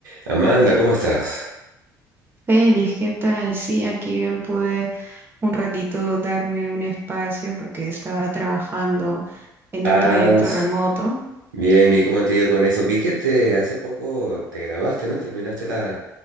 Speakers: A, on the right (about 75°); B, on the right (about 20°).
A: Amanda, ¿cómo estás?
B: Feliz, ¿qué tal? Sí, aquí bien pude un ratito darme un espacio porque estaba trabajando en
A: Ah,
B: un proyecto remoto.
A: bien, vi cómo te ha ido con eso. Vi que te, hace poco te graduaste, ¿no? Terminaste la,